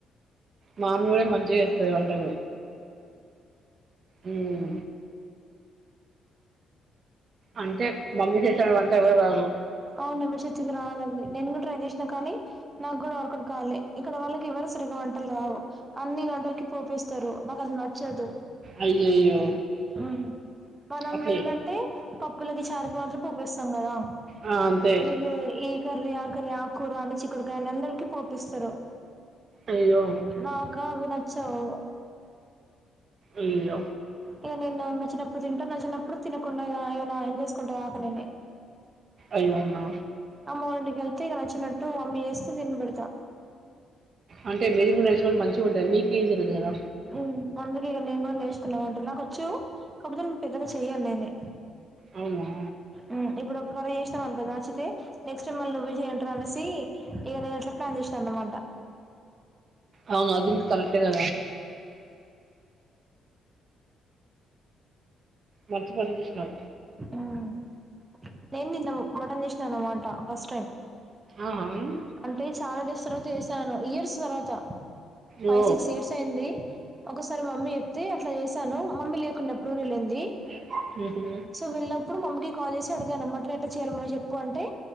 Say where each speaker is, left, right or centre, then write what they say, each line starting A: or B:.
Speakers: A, on the right; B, on the right.
A: మామ్మీ కూడా మంచిగ్ చేత్తది. వంటలు ఉమ్ అంటే మమ్మీ చేసాన్ వంట ఎవరాక్ రాదు.
B: అవును ఎవరు చేతికి రాదది. నేను కూడా ట్రై చేసినా కానీ, నాగూడా వరుకుడ్ కాలే ఇక్కడ వాళ్ళకి ఎవరు స్ సరిగ్గా వంటలు రావు, అన్ని వంటలకి పోపేస్తారు. నాకది నచ్చదు.
A: అయ్యయ్యో
B: హ్మ్. మనం
A: అట్లే
B: ఏంటంటే. పప్పులకి, చారుకి మాత్రం పోపేస్తాం కదా.
A: ఆ అంతే
B: వీళ్ళు ఈ కర్రీ, ఆ కర్రీ ఆకూర అని, చిక్కుడుకాయ అని, అందరికి పోపేస్తారు.
A: అయ్యో
B: నాకా అవినచ్చవు.
A: ఇయ్య
B: ఇగ నేన్ నా నా చ్చినప్పుడు తింటున్న, చ్చినప్పుడు తినకుండా, ఇగ ఏమన్న హెల్త్ రిస్క్ ఉంటాద్ ఆకాలనే
A: అయ్యో! అవునా
B: అమ్మ వోలిన్టికి వెళ్తే, ఇగా నచ్చినట్టు అమ్మ ఏస్తూ తినిబడతా.
A: అంటే మీరు మీ బెస్ట్రేండ్ మంచిగా ఉంటద్. మీకు ఏం జరగదు కదా.
B: ఉమ్ అందుకే ఇగ నేను కూడా నేర్చుకున్న వంటలు నాకొచ్చు. కాపోతే పెద్దగా చెయ్యన్ నేనే.
A: అవునా
B: ఉమ్ ఇప్పుడు ఒక కర్రీ చేశ్నం అనుకో నచ్చితే. నెక్స్ట్ టైం మళ్ నువ్వే చెయ్ అంటారనేసి ఇగ నేట్లా జేష్నా అన్నమాటా.
A: అవును అది మీ కరెక్ట్కేదా మంచిపంజేష్నవ్
B: ఉమ్ నేన్దింటను మటన్ చేస్నా అన్నమాట ఫస్ట్ టైం
A: ఆ హామ్
B: అంటే చాలా డేస్ తర్వాత చేసాను. ఇయర్స్ తర్వాత. ఫైవ్
A: ఓ
B: సిక్స్ ఇయర్స్ అయింది. ఒకసారి మమ్మీ చెప్తే అట్లా చేసాను, మమ్మీ లేకుండా ఎప్డు వెళ్ళేం ది
A: ఉహ్ హు
B: సో వెళ్ళినప్పుడు మమ్కి కాల్ చేసి అడిగాను, మటన్ ఎట్లా చెయాలి మే చెప్పు అంటే.